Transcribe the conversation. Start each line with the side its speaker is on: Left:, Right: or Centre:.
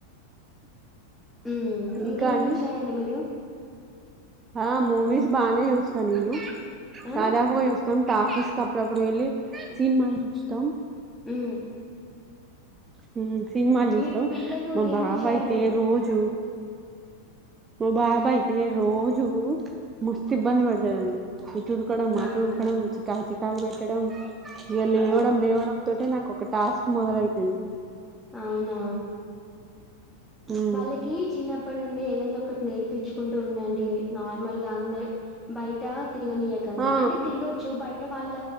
Centre: ఉమ్
Right: ఇంకా
Centre: ఇంకేం
Right: అండి
Centre: చూశారండి మీరు
Right: ఆ మూవీస్ బాగానే చూస్తా నేను
Centre: ఆ
Right: దాదాపు గా చు త్తం టాఫీస్ కప్పుడప్పుడు వెళ్ళి సినిమాలు చూస్తాం
Centre: మ్మ్
Right: హు సినిమాలు చూస్తాం
Centre: మీ పిల్లలు
Right: మా
Centre: ఏం
Right: బావ
Centre: చూశారండి
Right: అయితే రోజు ఓ బాబయితే రోజు మస్తు ఇబ్బంది పెడతాడండి డుకడం అటు
Centre: అవునా
Right: ఊరకడం చికా చికాకు పెట్ కెడం ఎ లేవడం
Centre: ఆ
Right: లేవడం తోటె నాకు ఒక టాస్క్ మొదలైతది
Centre: అవునా
Right: ఉమ్
Centre: వాళ్ళకి చిన్న ఇప్పటినుండి ఏదైనా ఒకటి నేర్పించుకుంటూ ఉండండి నార్మల్ గా అంద బయట తిరగనీయకండి
Right: ఆ
Centre: అంటే తిరగొచ్చు బయ్ అంటే వాళ్ళ